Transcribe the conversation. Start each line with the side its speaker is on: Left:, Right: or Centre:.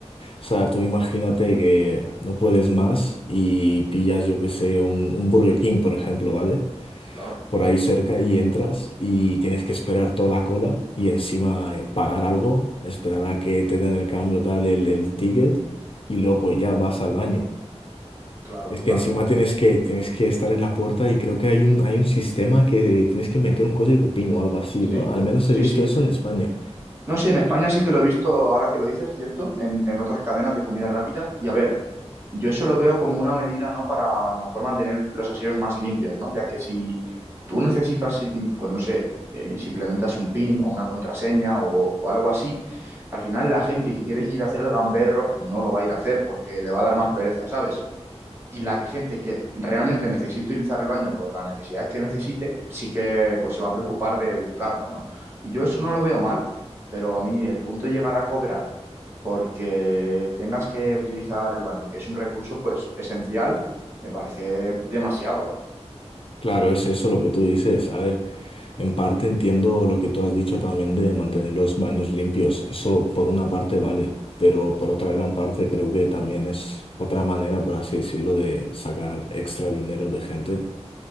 Left: O sea, tú imagínate que no puedes más y pillas, yo que sé, un, un Burger King, por ejemplo, ¿vale?
Right: claro,
Left: Por ahí cerca y entras y tienes que esperar toda la cola y encima eh, pagar algo, esperar a que te den el cambio, tal, el, el ticket y luego ya vas al baño.
Right: claro,
Left: Es
Right: totalmente.
Left: que encima tienes que, tienes que estar en la puerta y creo que hay un, hay un sistema que tienes que meter un código PIN o algo así,
Right: Sí,
Left: ¿no? Al menos
Right: sí,
Left: he visto
Right: sí.
Left: eso en España.
Right: No sé, en España sí que lo he visto, ahora que lo dices, ¿cierto? En, en otras cadenas de comida rápida. Y a ver, yo eso lo veo como una medida, ¿no? Para a lo mejor mantener los aseos más limpios, ¿no? Ya que si tú necesitas, mm, pues no sé, eh, si implementas un PIN o una contraseña o, o algo así, al final la gente que quiere ir a hacer el gamberro no lo va a ir a hacer porque le va a dar más pereza, ¿sabes? Y la gente que realmente necesite utilizar el baño por las necesidades que necesite, sí que pues se va a preocupar de buscarlo, ¿no? Y yo eso no lo veo mal, pero a mí el punto de llegar a cobrar porque tengas que utilizar el baño, que es un recurso pues esencial, me parece demasiado, ¿no?
Left: Claro, es eso lo que tú dices. A ver. En parte entiendo lo que tú has dicho también de mantener los baños limpios. Eso por una parte vale, pero por otra gran parte creo que también es otra manera, por así decirlo, de sacar extra dinero de gente